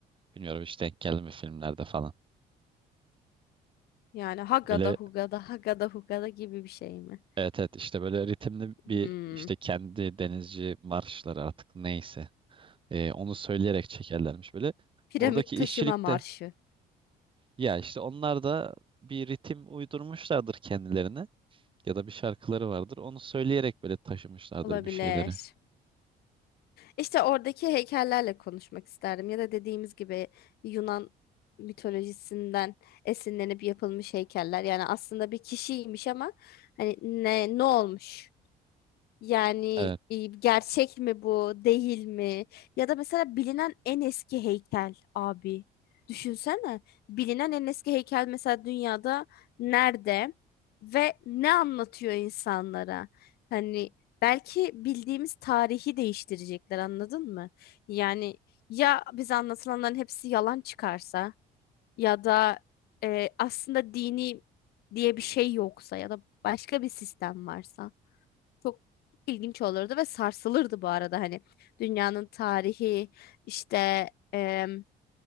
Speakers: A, on the right (about 30°); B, on the left (about 70°).
A: Bilmiyorum işte denk geldi mi filmlerde falan.
B: Yani hagada
A: Böyle
B: hugada hagada hugada gibi bir şey mi?
A: evet evet işte böyle ritimli bir
B: Hmm.
A: işte kendi denizci marşları artık neyse E, onu söyleyerek çekerlermiş böyle.
B: Piramit
A: Oradaki
B: taşıma
A: işçilik
B: marşı
A: de ya işte onlar da bir ritim uydurmuşlardır kendilerine. ya da bir şarkıları vardır. Onu söyleyerek böyle taşımışlardır
B: olabilir.
A: bir şeyleri.
B: İşte oradaki heykellerle konuşmak isterdim ya da dediğimiz gibi Yunan mitolojisinden esinlenip yapılmış heykeller. Yani aslında bir kişiymiş ama hani ne ne olmuş? Yani
A: Evet.
B: e, gerçek mi bu, değil mi? Ya da mesela bilinen en eski heykel abi. Düşünsene. Bilinen en eski heykel mesela dünyada nerede ve ne anlatıyor insanlara? Hani belki bildiğimiz tarihi değiştirecekler anladın mı? Yani ya bize anlatılanların hepsi yalan çıkarsa ya da e, aslında dini diye bir şey yoksa ya da başka bir sistem varsa çok ilginç olurdu ve sarsılırdı bu arada hani dünyanın tarihi işte em,